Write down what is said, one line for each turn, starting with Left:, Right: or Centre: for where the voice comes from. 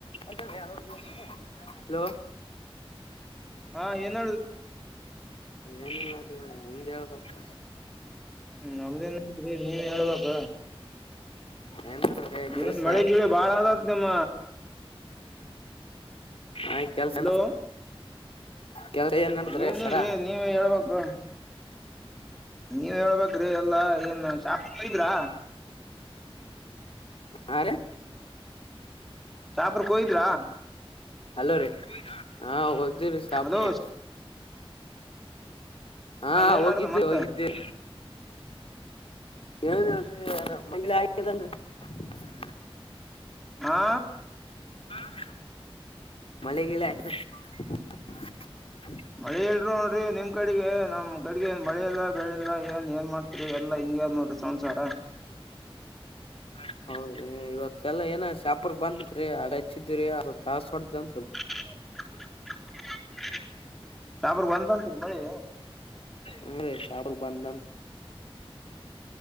Left: ಹಲೋ ಅ ಹಲೋ
Centre: ಹಾ ಏನು
Left: ಏನಿಲ್ಲಾರಿ ನಿಮ್ದ್ ಹೇಳ್ಬೇಕು
Centre: ಹ್ಮ ನಮ್ದೇನ್ರೀ ನೀವೆ ಹೇಳ್ಬೇಕ
Left: ಏನ್ ನಡದ್ರಿ ಕೆಲ್ಸ
Centre: ಏನ್ ಮಳೆಗಿಲೆ ಬಾಳ ಆದತ್ ನಿಮ್ಮ
Left: ಆಯ್ತ್ ಕೆಲ್ಸ
Centre: ಹಲೋ
Left: ಕೆಲಸ ಏನ್ ಅಂದ್ರಿ
Centre: ಏನಿಲ್ರಿ
Left: ಸರ್
Centre: ನೀವೇ ಹೇಳ್ಬೇಕು ನೀವ್ ಹೇಳ್ಬೇಕ್ರಿ ಎಲ್ಲಾ ಏನ್ ಶಾಪಿಂಗ್ ಹೋಗಿದ್ರಾ
Left: ಹರೀ
Centre: ಶಪುರಕ್ ಹೋಗಿದ್ರಾ
Left: ಹಲೋ ರೀ ಹಾ ಹೋಗ್ದಿರೀ ಶಾಪಕ್ಕೆ
Centre: ಹಲೋ
Left: ಹಾ
Centre: ಏನ್
Left: ಹೋಗಿದ್ವಿ
Centre: ನಡದ ಮತ್ತ
Left: ಹೋಗಿದ್ವಿ. <unintelligible>
Centre: ಹಾ,
Left: <inaudible> <unintelligible>
Centre: ಮಳೆ ಇಲ್ರೂ ನೋಡ್ರಿ ನಿಮ್ ಕಡೆಗೆ ನಮ್ ಕಡಗೆ ಏನ್ ಮಳೆ ಇಲ್ಲಾ ಬೆಳೆಲ್ಲ ಏನ್ ಏನ್ ಮಾಡ್ತ ಎಲ್ ಹಿಂಗೇ ಆದ ನೋಡ್ರಿ ಸಂಸಾರ.
Left: <unintelligible>
Centre: <unintelligible> ಶಾಪುರ ಬಂದತ್ರಿ ಮಳಿ.
Left: ಹ್ಮ್ ರಿ ಶಾಪುರ ಬಂದ್ದಂತ್.